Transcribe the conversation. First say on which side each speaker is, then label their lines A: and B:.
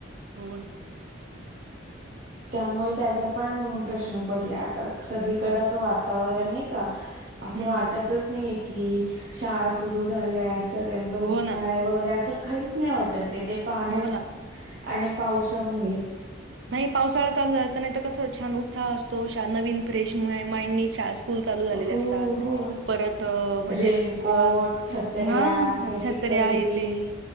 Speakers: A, on the right; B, on the right.
A: हो न्
B: त्यामुळ त्याचा पण प्रश्न पडला. आता सगळीकड असं वातावरण नाही का? असं
A: हं.
B: वाटतच नाहीये की शाळा सुरु झाल्या सगळ्यांचा
A: हो
B: उत्साह
A: ना.
B: वगैरे असं काहीच नाही वाटत ते ते पाण्यामु
A: हो ना.
B: - आणि पावसामुळे
A: नाही पावसाळा चालू झाला नाही त कस छान उत्साह असतो छा नवीन फ्रेश नी माइंड शाळा सु स्कूल चालू झालेले
B: हो
A: असतात
B: हो
A: परत म्हणजे
B: रेनकोट
A: अ
B: छत्र्या
A: हा
B: ह्याची खरेदी
A: तरी आहे ते